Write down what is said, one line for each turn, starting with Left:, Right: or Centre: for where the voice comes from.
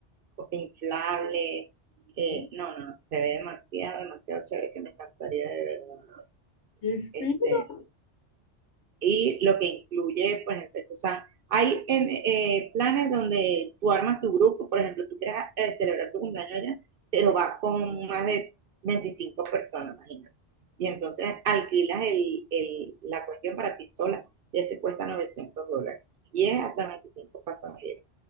Right: inflables. eh,
Left: ¿Eh?
Right: no, no, se ve demasiado, demasiado chévere que me encantaría de verdad
Left: ¡Qué
Right: este,
Left: fino!
Right: y lo que incluye, por ejemplo, esto, o sea, hay en, eh, planes donde tú armas tu grupo, por ejemplo, tú quieres eh, celebrar tu cumpleaños allá, pero vas con más de 25 personas, imagínate. Y entonces alquilas el, el, la cuestión para ti sola, y ese cuesta 900 dólares, y es hasta 25 pasajeros.